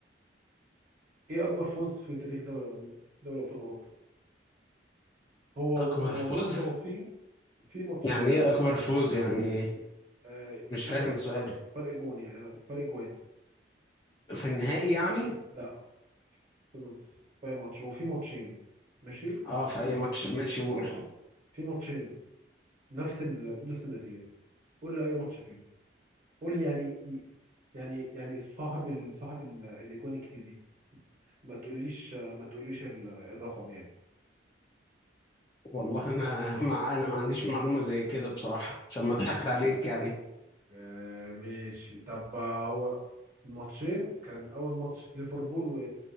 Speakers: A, on the right; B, on the left.
A: إيه أكبر فوز في تاريخ دوري دوري أبطال أوروبا هو
B: أكبر
A: هو
B: فوز؟
A: بص هو في في ماتشين
B: يعني ايه أكبر فوز يعني؟
A: آه،
B: مش
A: فرق
B: فاهم سؤال
A: فرق جون يعني آه، فرق جوان
B: في النهائي يعني؟
A: لا في في ماتش هو في ماتشين ماشي
B: اه في أي ماتش ماشي قول
A: اه في ماتشين نفس ال... نفس النتيجة قول لي اي ماتش فيهم قول لي يعني يعني يعني صاحب ال... صاحب ال... الاجوان الكتير دي ما تقوليش ما تقوليش ال- الرقم يعني
B: والله أنا <laughs> مع أنا ما عنديش معلومة زي كده بصراحة عشان ما أضحكش عليك يعني
A: آه ماشي طب آه، هو الماتشين كان اول ماتش ليفربول و